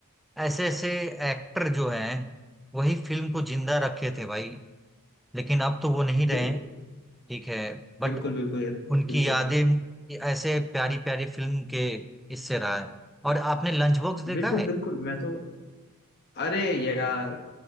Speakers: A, in the centre; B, on the left (about 50°).
A: ऐसे ऐसे एक्टर जो हैं वही फिल्म को जिंदा रखे थे भाई लेकिन अब तो वो नहीं रहे
B: बिल्कुल
A: हैं, ठीक है बट
B: बिल्कुल बिल्कुल
A: उनकी
B: बिल्कुल
A: यादें ये ऐसे प्यारी प्यारी फिल्म के इससे रहा है और आपने लंच बॉक्स देखा
B: बिल्कुल
A: है
B: बिल्कुल मैं तो अरे यार